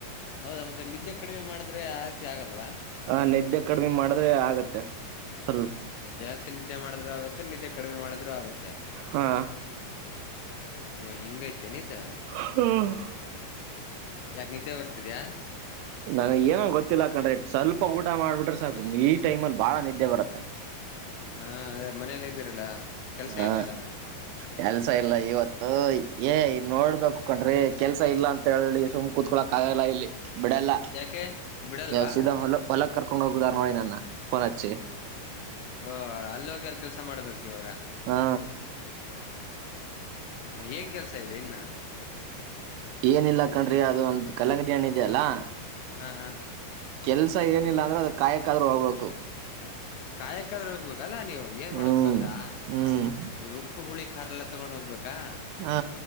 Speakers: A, on the left; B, on the right.
A: ಹೌದಾ ಮತ್ತೆ ನಿದ್ದೆ ಕಡಿಮೆ ಮಾಡಿದ್ರೆ ಆ ರೀತಿ ಆಗಲ್ವಾ
B: ಹಾ ನಿದ್ದೆ ಕಡಿಮೆ ಮಾಡಿದ್ರೆ ಆಗತ್ತೆ ಸ್ವಲ್ಪ್
A: ಜಾಸ್ತಿ ನಿದ್ದೆ ಮಾಡಿದ್ರು ಆಗುತ್ತೆ ನಿದ್ದೆ ಕಡಿಮೆ ಮಾಡಿದ್ರು ಆಗುತ್ತೆ
B: ಹಾ
A: ಓ ಹಿಂಗೈತೆನ್ ಇದಾ
B: ಹ ಹ <unintelligible>
A: ಯಾಕ್ ನಿದ್ದೆ ಬರ್ತಿದ್ಯಾ
B: ನಾನ್ಗ್ ಏನೋ ಗೊತ್ತಿಲ್ಲಾಕಂಡ್ರೆ ಸ್ವಲ್ಪ ಊಟ ಮಾಡ್ಬಿಟ್ರೆ ಸಾಕು ಈ ಟೈಮ ಅಲ್ಲಿ ಬಾಳ ನಿದ್ದೆ ಬರುತ್ತೆ
A: ಹಾ ಅದೇ ಮನೆಲ್ಲಿ ಇದ್ದೀರಲ್ಲ ಕೆಲ್ಸ
B: ಹಾ
A: ಇಲ್ಲಲ್ಲ
B: ಕೆಲ್ಸ ಇಲ್ಲ ಇವತ್ತು ಏ ನೋಡ್ಬೇಕು <unintelligible> ಕೆಲ್ಸ ಇಲ್ಲ ಅಂತ ಹೇಳಿ ಸುಮ್ ಕುೂತ್ಕೊಳ್ಳಕ್ ಆಗಲ್ಲ ಇಲ್ಲಿ ಬಿಡಲ್ಲ
A: ಯಾಕೆ ಬಿಡಲ್ವಾ
B: ಯಾವ ಸೀದ ಹೊಲ ಹೊಲಕ್ ಕರ್ಕೊಂಡ್ ಹೋಗುದಾರ ನೋಡಿ ನನ್ನ ಫೋನ್ ಹಚ್ಚಿ
A: ಓ ಅಲ್ಲಿ ಹೋಗಿ ಎಲ್ ಕೆಲ್ಸ ಮಾಡ್ಬೇಕು ಇವಾಗ
B: ಹಾ
A: ಏನ್ ಕೆಲ್ಸ ಇದೆ ಇನ್ನ
B: ಏನ ಇಲ್ಲ ಕಣ್ರಿ ಅದು ಒಂದ್ ಕಲಂಗಡಿ ಹಣ್ಣ ಇದ ಅಲ್ಲಾ
A: ಹ ಹಾ
B: ಕೆಲ್ಸ ಏನಿಲ್ಲ ಅಂದ್ರೆ ಅದ ಕಾಯಕಾದ್ರೂ ಹೋಗ್ಬೇಕು
A: ಕಾಯಕ್ಕಾದ್ರೆ ಹೋಗ್ಬೇಕಲ್ಲಾ ನೀವು ಏನ್ ಮಾಡಕ್
B: ಹ್ಮ್
A: ಗೊತ್ತಾ
B: ಹ್ಮ್
A: ತ್ತು ನೀವ್ ಉಪ್ಪು ಹುಳಿ ಖಾರೆಲ್ಲ ತಗೊಂಡೆಲ್ಲಾ ಹೋಗ್ಬೇಕಾ
B: ಹಾ